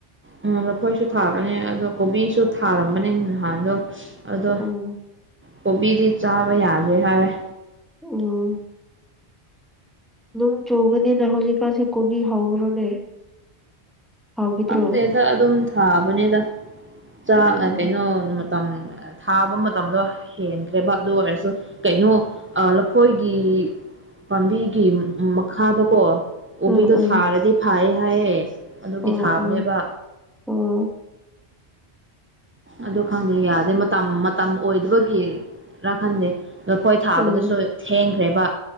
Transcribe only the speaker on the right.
ꯑꯝ ꯂꯥꯐꯣꯏꯁꯨ ꯊꯥꯕꯅꯦ ꯑꯗꯣ ꯀꯣꯕꯤꯁꯨ ꯊꯥꯔꯝꯕꯅꯤ ꯅꯍꯥꯟꯗꯣ ꯑꯗꯣ
ꯀꯣꯕꯤꯗꯤ ꯆꯥꯕ ꯌꯥꯗꯦ ꯍꯥꯏꯌꯦ
ꯈꯪꯗꯦꯗ ꯑꯗꯨꯝ ꯊꯥꯕꯅꯦꯗ ꯆꯥꯛ
ꯀꯩꯅꯣ ꯇꯝ ꯊꯥꯕ ꯃꯇꯝꯗꯣ ꯍꯦꯟꯈ꯭ꯔꯦꯕ ꯑꯗꯨ ꯑꯣꯏꯔꯁꯨ ꯀꯩꯅꯣ ꯑ ꯂꯐꯣꯏꯒꯤ ꯄꯥꯝꯕꯤꯒꯤ ꯃꯈꯥꯗꯀꯣ ꯀꯣꯕꯤꯗꯣ
ꯊꯥꯔꯗꯤ ꯐꯌꯦ ꯍꯥꯏꯌꯦ ꯑꯗꯨꯒꯤ
ꯊꯥꯕꯅꯦꯕ
ꯑꯗꯨ ꯈꯪꯗꯦ ꯌꯥꯗꯦ ꯃꯇꯝ ꯃꯇꯝ ꯑꯣꯏꯗꯕꯒꯤꯔ ꯈꯟꯗꯦ ꯂꯐꯣꯏ ꯊꯥꯕꯗꯁꯨ
ꯊꯦꯡꯈ꯭ꯔꯦꯕ